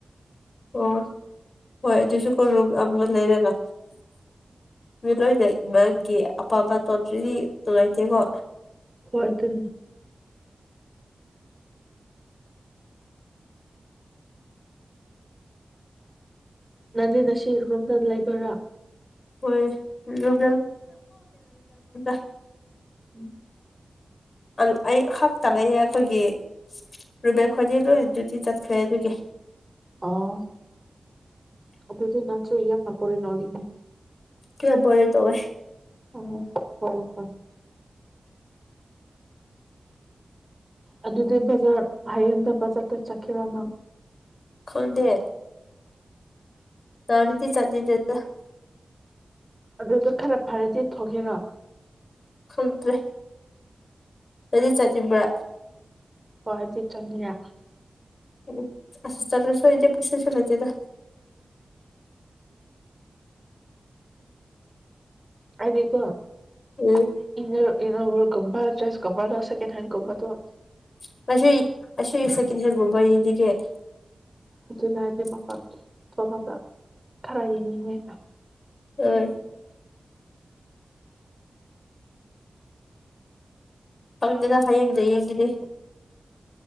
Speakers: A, on the left; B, on the right.
A: ꯑꯣ ꯍꯣꯏ ꯑꯗꯨꯁꯨ ꯄꯨꯜꯂꯨ ꯑꯃꯨꯔꯛ ꯂꯩꯔꯒ ꯃꯤ ꯂꯣꯏ ꯂꯩꯕꯥꯒꯤ ꯑꯄꯥꯝꯕ ꯇꯣꯇ꯭ꯔꯤꯗꯤ ꯇꫭꯔꯩꯗꯦꯀꯣ
B: ꯍꯣꯏ ꯑꯗꯨꯅꯤ ꯅꯪꯗꯤ ꯉꯁꯤ ꯔꯨꯝꯗ ꯂꯩꯕꯔꯥ
A: ꯍꯣꯏ ꯔꯨꯝ <unintelligible>
B: ꯎꯝ
A: ꯑꯗꯨ ꯑꯩ ꯈꯛꯇ ꯂꯩꯌꯦ ꯑꯈꯣꯏꯒꯤ ꯔꯨꯕꯦꯠ ꯍꫭꯏꯗꯤ ꯂꯣꯏ ꯗꯤ꯭ꯌꯇꯤ ꯆꯠꯈ꯭ꯔꯦ ꯑꯗꯨꯒꯤ
B: ꯑꯣ ꯑꯗꯨꯗꯤ ꯅꯪꯁꯨ ꯌꯥꯝꯅ ꯕꯣꯔꯤꯡ ꯑꯣꯏꯒꯅꯤ
A: ꯀꯌꯥ ꯕꫭꯔꯩ ꯇꯧꯋꯦ
B: ꯎꯝ ꯐꯔꯦ ꯐꯔꯦ ꯑꯗꯨꯗꯤ ꯕꯖꯥꯔ ꯍꯌꯦꯡꯗ ꯕꯖꯥꯔꯗ ꯆꯠꯈꯤꯔꯣ ꯅꯪ
A: ꯈꯪꯗꯦ ꯇꯔꯥꯗꯤ <unintelligible>
B: ꯑꯗꯨꯁꯨ ꯈꯔ ꯐꯔꯗꯤ ꯊꯣꯛꯀꯦꯔꯣ
A: ꯈꯪꯗ꯭ꯔꯦ ꯅꯪꯗꯤ ꯆꯠꯅꯤꯡꯕ꯭ꯔꯥ
B: ꯍꯣꯏ ꯑꯗꯨꯗꯤ ꯆꯅꯤꯌꯥ
A: ꯎ ꯆꯠꯂꯥꯁꯨ ꯏꯥꯗꯤ ꯄꯩꯁꯥꯁꯨ ꯂꯩꯗꯦꯗ
B: ꯑꯩꯗꯤꯀꯣ
A: ꯎꯝ
B: <unintelligible> ꯀꯨꯝꯕꯥꯥ ꯗ꯭ꯔꯦꯁ <unintelligible> ꯁꯦꯀꯦꯟꯍꯦꯟ ꯀꯨꯝꯕꯥꯗꯣ
A: <unintelligible> <unintelligible>
B: ꯑꯗꯨꯅ ꯍꯥꯏꯗꯤ ꯃꯄꯥꯟ ꯊꯣꯛꯂꯒ ꯈꯔ ꯌꯦꯡꯅꯤꯡꯉꯦ
A: ꯍꯣꯏ ꯄꯪꯗꯦꯗꯥ ꯍꯌꯦꯡꯒꯤꯗꯤ ꯌꯦꯡꯈꯤꯅꯤ